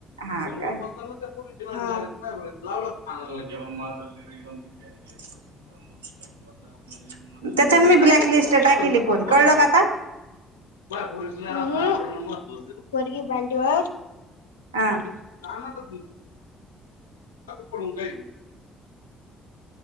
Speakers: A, on the right; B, on the left.
A: हा
B: फोन
A: का
B: वर बोलताना त्या
A: <inaudible>
B: <inaudible> कानाला लगेच
A: त्याच्यान
B: जरी
A: मी
B: ना
A: ब्लॅक
B: <inaudible>
A: लिस्टला टाकेली
B: म्हण नंतर
A: फोन
B: कॉल
A: कळलं
B: पण
A: का आता
B: मग. हम्म, पोरगी मांडीवर
A: हा
B: चालेू <inaudible> पडून काही